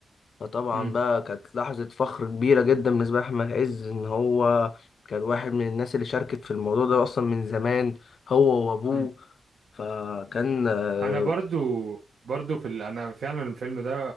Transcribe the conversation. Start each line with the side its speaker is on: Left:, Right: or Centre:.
Left: فطبعا
Right: مم.
Left: بقى كانت لحظه فخر كبيره جدا بالنسبه لاحمد عز ان هو كان واحد من الناس اللي شاركت في الموضوع ده اصلا من زمان هو وابوه
Right: مم.
Left: فكان آه،
Right: انا برضو برضو في ال... انا فعلا الفيلم ده